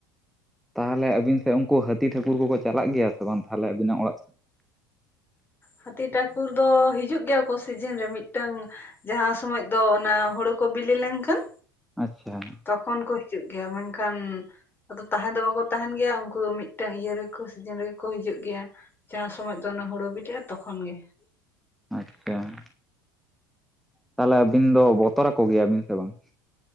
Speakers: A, in the centre; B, on the left.
A: ᱛᱟᱦᱚᱞᱮ ᱟᱹᱵᱤᱱ ᱥᱮᱫ ᱩᱱᱠᱩ ᱦᱟᱹᱛᱤ ᱴᱷᱟᱹᱠᱩᱨ ᱠᱚᱠᱚ ᱪᱟᱞᱟᱜ ᱜᱮᱭᱟ ᱥᱮ ᱵᱟᱝ ᱛᱟᱦᱚᱞᱮ ᱟᱵᱤᱱᱟᱜ ᱚᱲᱟᱜ ᱥᱮᱫ?
B: ᱦᱟᱹᱛᱤ ᱴᱷᱟᱹᱠᱩᱨ ᱫᱚ ᱦᱤᱡᱩᱜ ᱜᱮᱭᱟ ᱠᱚ ᱥᱤᱡᱤᱱ ᱨᱮ ᱢᱤᱫᱴᱟᱝ ᱡᱟᱦᱟᱸ ᱥᱚᱢᱚᱭ ᱫᱚ ᱚᱱᱟ ᱦᱩᱲᱩ ᱠᱚ ᱵᱤᱞᱤ ᱞᱮᱱᱠᱷᱟᱱ ᱾
A: ᱟᱪᱪᱷᱟ ᱾
B: ᱛᱚᱠᱷᱚᱱ ᱠᱚ ᱦᱤᱡᱩᱜ ᱜᱮᱭᱟ ᱢᱮᱱᱠᱷᱟᱱ ᱟᱫᱚ ᱛᱟᱦᱮᱱ ᱫᱚ ᱵᱟᱠᱚ ᱛᱟᱦᱮᱱ ᱜᱮᱭᱟ ᱩᱱᱠᱩ ᱫᱚ ᱢᱤᱫᱴᱮᱱ ᱤᱭᱟᱹ ᱨᱮᱠᱚ ᱥᱤᱡᱤᱱ ᱨᱮᱜᱮ ᱠᱚ ᱦᱤᱡᱩᱜ ᱜᱮᱭᱟ ᱾ ᱪᱟᱥ ᱥᱚᱢᱚᱭ ᱫᱚ ᱚᱱᱟ ᱦᱩᱲᱳ ᱵᱤᱞᱤᱜᱼᱟ ᱛᱚᱠᱷᱚᱱ ᱜᱮ ᱾
A: ᱟᱪᱪᱷᱟ ᱾ ᱛᱟᱦᱚᱞᱮ ᱟᱹᱵᱤᱱ ᱫᱚ ᱵᱚᱛᱚᱨ ᱠᱚ ᱜᱮᱭᱟ ᱵᱤᱱ ᱥᱮ ᱵᱟᱝ?